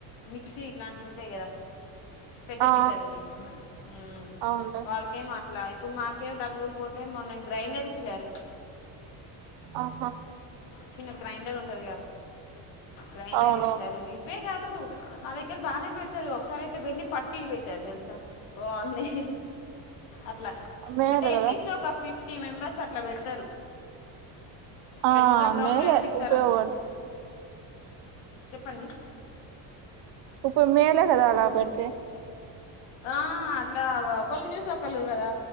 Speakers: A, on the left; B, on the right.
A: మిక్సీ ఇట్లాంటివి ఉంటాయి గదా పెద్ద
B: ఆ ఆ
A: పిల్లల్కి హ్మ్
B: అవునులే
A: వాళ్ళకేం అట్ల ఇప్పుడు మాకేం రంగులు పోటీ మొన్న గ్రైండర్ ఇచ్చారు.
B: ఆహా
A: చిన్న గ్రైండర్ ఉంటదిగా గ్రైండర్
B: అవునవును
A: ఇచ్చారు ఇవ్వే కాదు మా దగ్గర బాగానే పెడతారు. ఒకసారి అయితే వెండి పట్టీలు పెట్టారు. తెల్సా ఒర్ నీ అట్లా
B: మేలు
A: అంటే అట్లీస్ట్
B: కదా
A: ఒక ఫిఫ్టీ మెంబెర్స్ అట్ అట్లా పెడతారు
B: ఆ
A: పెద్ద గ్రౌండ్లో
B: మేలే
A: వేపిస్తారని
B: ఉపయోగపడు
A: చెప్పండి
B: ఇప్పు మేలే కదా అలా పెడితే?
A: ఆ అట్లా ఒకళ్ళు చూసి ఒకళ్ళు కదా